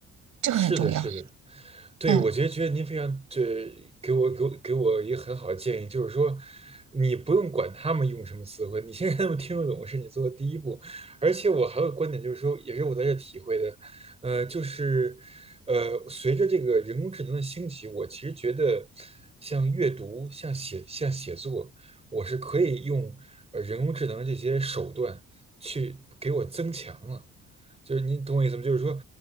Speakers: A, on the right; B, on the right.
A: 这个很重要。
B: 是的，是的，对，
A: 嗯。
B: 我觉得觉得您非常这给我给我给我一个很好的建议，就是说，你不用管他们用什么词汇，你先 <laughs> 让他们听得懂是你做的第一步。而且我还有个观点，就是说，也是我在这体会的，呃，就是呃，随着这个人工智能的兴起，我其实觉得像阅读、像写、像写作，我是可以用呃人工智能这些手段去给我增强了。就是您懂我意思吗？就是说，